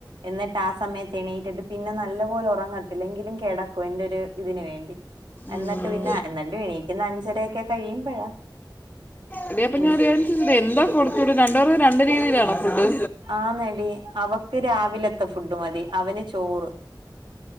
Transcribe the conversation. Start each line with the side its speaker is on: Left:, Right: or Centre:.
Right: എന്നിട്ട് ആ സമയത്ത് എണീറ്റിട്ട്. പിന്നെ നല്ല പോലെ ഉറങ്ങത്തില്ല എങ്കിലും കെടക്കും എന്റെ ഒരു ഇതിന് വേണ്ടി. എന്നട്ട്
Left: ഉം.
Right: പിന്നെ എന്നട്ടു എണീക്കുന്നെ അഞ്ചരൊക്കെ കഴിയുമ്പഴാ.
Left: എടി അപ്പ
Right: എങ്കി
Left: ഞാൻഒരു കാര്യം ചോദിച്ചോട്ടെ എന്താ കൊടുത്ത് വിടുന്നെ രണ്ട്പേർക്കുംരണ്ട് രീതിയിലാണോ ഫുഡ്?
Right: ആന്നെടി അവക്ക് രാവിലെത്തെ ഫുഡ് മതി അവന് ചോറ്.